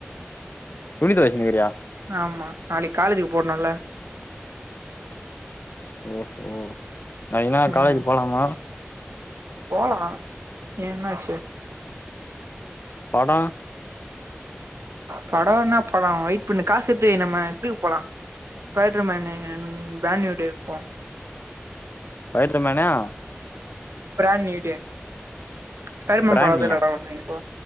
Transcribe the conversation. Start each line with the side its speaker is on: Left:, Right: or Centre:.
Left: துணி தோச்சுனுகிறியா
Right: ஆமா நாளிக் காலேஜ்க்கு போட்ணோல
Left: ஓஹோ நாளிக் இன்னா
Right: ம்
Left: காலேஜ் போலாமா
Right: போலா ஏ என்னாச்சு
Left: படோ
Right: படோ இன்னா படோ வெயிட் பண்ணு காசேத்து வை நம்ம இதுக்கு போலா ஸ்பைடர் மேனு பிராண்நியூடேக்கு போவோ
Left: ஸ்பைட்ரு மேனு
Right: பிராண்நீயுடே ஸ்பைடர் மேன்
Left: பிராண்மியா
Right: படோ வர்துலடா ஒன்னு இப்போ